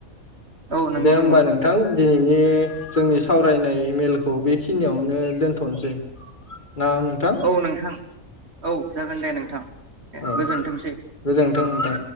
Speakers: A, on the right (about 50°); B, on the left (about 35°).
A: औ नंगौ
B: दे होमबा
A: नंगौ
B: नोंथां दिनैनि जोंनि सावरायनाय मेलखौ बेखिनियावनो दोनथनोसै। ना नोंथां
A: औ नोंथां औ जागोन दे नोंथां दे
B: औ
A: गोजोनथोंसै।
B: गोजोनथों नोंथां।